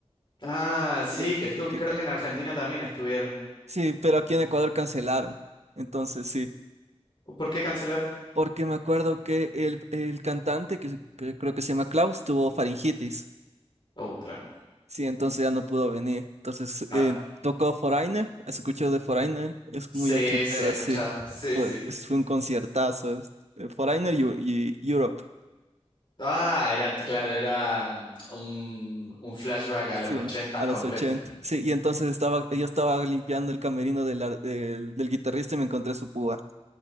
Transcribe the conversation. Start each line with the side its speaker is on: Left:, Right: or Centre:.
Left: Ah, sí,
Right: Sí,
Left: que estu
Right: que-
Left: creo que en Argentina también estuvieron.
Right: sí, pero aquí en Ecuador cancelaron. Entonces sí,
Left: ¿Por qué cancelaron?
Right: porque me acuerdo que el, el cantante, que, que creo que se llama Klaus, tuvo faringitis.
Left: Oh, claro.
Right: Sí, entonces ya no pudo venir. Entonces
Left: Ah,
Right: eh, tocó Foreigner, escuchó de Foreigner, es
Left: sí,
Right: muy ochentero,
Left: sí, escuchaba.
Right: sí.
Left: Sí,
Right: Fue,
Left: sí.
Right: es- fue un conciertazo. es- eh, Foreigner y, y Europe,
Left: Ah, era, claro, era mm, un, un flashback a
Right: sí,
Left: los ochentas
Right: a
Left: completo.
Right: los 80. Sí, y entonces estaba, yo estaba limpiando el camerino del, ar- del, del guitarrista y me encontré su púa.